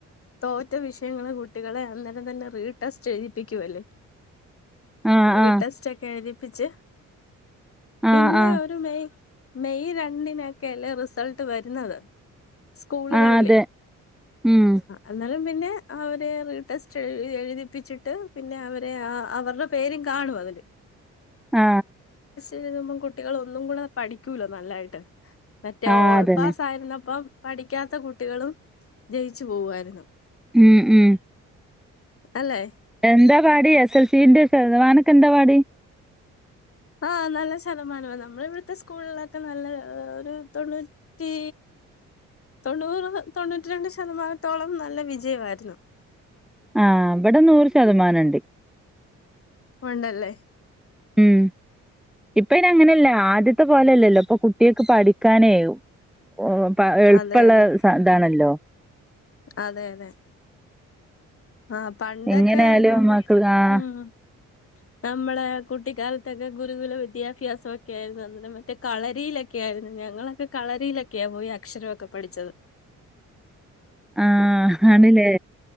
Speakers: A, on the left; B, in the centre.
A: തോറ്റ വിഷയങ്ങലെ കുട്ടികളെ അ തന്നെ റീടെസ്റ്റ് എഴുതിപ്പിക്കുവല്ലേ
B: ആഹ്
A: റീട്ടഷ്ട
B: ആഹ്
A: കഴതി പ്പിച്ച് പിന്നെ
B: ആഹ് ആഹ്
A: ഒരു മെയ് മെയ് രണ്ടിനൊക്കെയല്ലേ റിസൽട്ട് വരുന്നത് സ്കൂളുകളില്ലേ
B: ആഹ് അതെ ഉം
A: അന്നാലും പിന്നെ അവര് റിടെസ് എഴുതിപ്പിച്ചിട്ട് പിന്നെ അവരെ അവരുടെ പേരും കാണും അതില്
B: ആ
A: എഴുതുമ്പോ കുട്ടികള് ഒന്നുങ്കുടെ പഠിക്കൂല്ലോ നല്ലായിട്ട് മറ്റേ
B: ആഹ്
A: ഓൾപാസ്
B: അതന്നെ
A: ആയിര്ന്നപ്പം പഠിക്കാത്ത കുട്ടികളും ജയിച്ചു പോവുവായിരുന്നു
B: ഉം ഉം
A: അല്ലേ
B: എന്താ പാടി എസ് എൽ സിന്റെ ശതമാനക്കെ എന്താ പാടി
A: ആ നല്ല ശതമാനമാ നമ്മളവിടുത്തെ സ്കൂളിലക്ക നല്ല ഒരു തൊണ്ണൂറ്റി തൊണ്ണൂറ് തൊണ്ണൂറ്റി രണ്ട് ശതമാനത്തോളം നല്ല വിജയവരുന്നേ
B: ആ ഇബടെ നൂറ് ശതമാനുണ്ട്
A: ണ്ടല്ലേ
B: ഉം ഇപ്പ ഇനി അങ്ങനെല്ല ആദ്യത്തെ പോലെല്ലല്ലോ ഇപ്പൊ കു കുട്ടികൾക്ക് പഠിക്കാനേ <unintelligible> എളുപ്പള്ള
A: അതെ അതെ
B: ഇതാണല്ലോ
A: അതെ അതെ ആ പണ്ടൊക്കെ
B: എങ്ങനെയാലും
A: നമുക്ക്
B: മക്കൾ ആഹ്
A: ഊ ഉം നമ്മളെ കുട്ടിക്കാലത്തൊക്കെ ഗുരുകുല വിദ്യാഭ്യാസൊക്കെ ആരുന്നു അന്നെ മറ്റേ കളരിയിലൊക്കെ ആരുന്നു ഞങ്ങളൊക്കെ കളരിയിലൊക്കെയാ പോയി അക്ഷരമൊക്കെ പഠിച്ചത്
B: ആ ആണില്ലേ